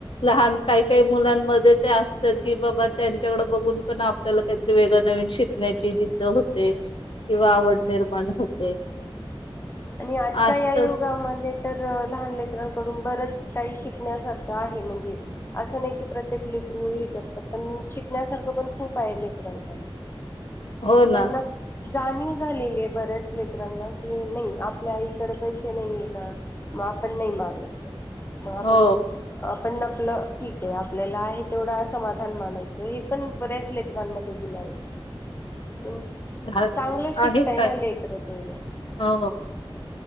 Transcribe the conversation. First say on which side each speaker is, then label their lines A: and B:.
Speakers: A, on the left; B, on the left.
A: लहान काही काही मुलांमध्ये ते असत की बाबा त्यांच्याकड बघून पण आपल्याला काहीतरी वेग नवीन शिकण्याची जिद्द होते किंवा आवड निर्माण होते
B: आणि आजच्या
A: असत
B: या युगामध्ये तर लहान लेकरांकडून बरंच काही शिकण्यासारखं आहे म्हणजे असं नाही की प्रत्येक लेकरू ह करत पण शिकण्यासारखं पण खूप आहे लेकरांक
A: हो ना
B: त्यांना जाणीव झालेली आहे बऱ्याच लेकरांना कि नाही आपल्या आईकड पैसे नाही आहे ना मग आपण नाही मागयच महापण
A: हो
B: आप पण आपलं ठीक आहे आपल्याला हे तेवढा समाधान मानायचं हे पण बऱ्याच लेखनाांमध्ये बुलायचं हम्
A: घा
B: चांगलं शिकताय
A: आहे काय
B: ना लेत्र तेवढं
A: हो